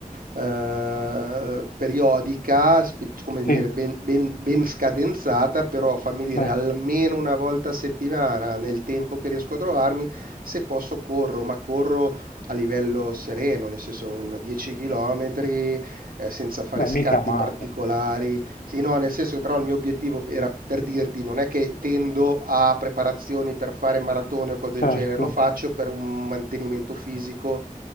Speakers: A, on the right; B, on the left.
A: eh, periodica, spe- come dire,
B: sì,
A: ben, ben- ben scadenzata, però fammi dire
B: certo.
A: almeno una volta a settimana nel tempo che riesco a trovarmi, se posso corro, ma corro a livello sereno, nel senso un 10 km eh, senza fare
B: Beh,
A: scatti
B: mica male,
A: particolari. Sì, no, nel senso che però il mio obiettivo era per dirti, non è che tendo a preparazioni per fare maratone o cose
B: certo.
A: del genere, lo faccio per un mantenimento fisico